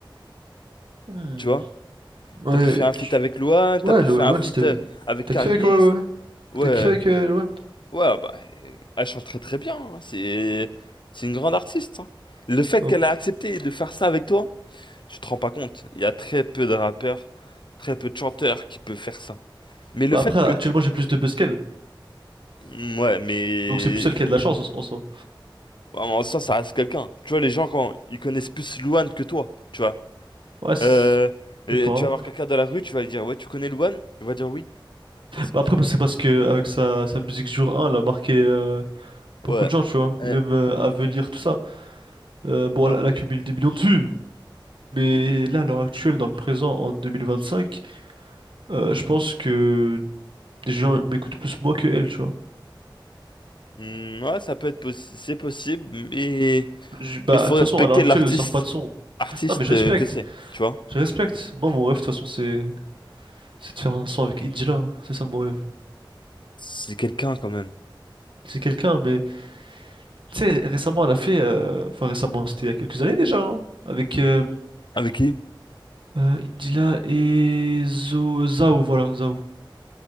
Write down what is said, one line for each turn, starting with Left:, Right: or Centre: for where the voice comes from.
Right: Hmm.
Left: Tu vois?
Right: Ouais,
Left: T'as pu faire un feat avec Luan, t'as
Right: Ouais,
Left: pu
Right: Lo-
Left: faire
Right: Loan,
Left: un feat
Right: c'était.
Left: euh, avec
Right: T'as
Left: Caris.
Right: kiffé avec, euh,
Left: Ouais,
Right: t'as kiffé avec euh, Loan?
Left: ouais, bah, elle chante très très bien. hein. C'est, c'est une grande artiste. hein. Le fait
Right: Hop.
Left: qu'elle a accepté de faire ça avec toi. Tu te rends pas compte, il y a très peu de rappeurs, très peu de chanteurs qui peuvent faire ça. Mais le
Right: Bah
Left: fait
Right: après,
Left: que...
Right: actuellement, j'ai plus de buzz qu'elle.
Left: mm, Ouais, mais...
Right: Donc c'est plus elle qui a de la chance en en soi.
Left: ouais, En soi, ça reste quelqu'un. Tu vois, les gens, quand ils connaissent plus Louane que toi, tu vois.
Right: Ouais, c'est-
Left: Euh, et
Right: je sais pas.
Left: tu vas voir quelqu'un dans la rue, tu vas lui dire, ouais, tu connais Louane? Il va dire oui. Parce que
Right: Bah après,
Left: c'est-
Right: c'est parce que avec sa, sa musique jour 1, elle a marqué euh, beaucoup
Left: Ouais.
Right: de gens, tu vois.
Left: Euh,
Right: Et même euh, à venir, tout ça. Euh, bon,
Left: ouais.
Right: elle, elle accumule des millions de vues. Mais là, à l'heure actuelle, dans le présent, en 2025, euh, je pense que des gens m'écoutent plus moi que elle, tu vois.
Left: Hmm, ouais, ça peut être possi- c'est possible, mais
Right: Je- bah,
Left: il faut
Right: de toute
Left: respecter
Right: façon, à l'heure actuelle,
Left: l'artiste
Right: elle sort pas de son.
Left: artiste
Right: Non, mais je
Left: euh,
Right: respecte.
Left: que c'est, tu vois.
Right: Je respecte. Moi, mon rêve, de toute façon, c'est. C'est de faire un son avec Indila, hein. c'est ça mon rêve.
Left: C'est quelqu'un quand même.
Right: C'est quelqu'un, mais tu sais, récemment elle a fait, euh, enfin récemment, c'était il y a quelques années déjà, hein, avec euh,
Left: Avec qui?
Right: euh, Indila et Zo- Zao, voilà, Zao.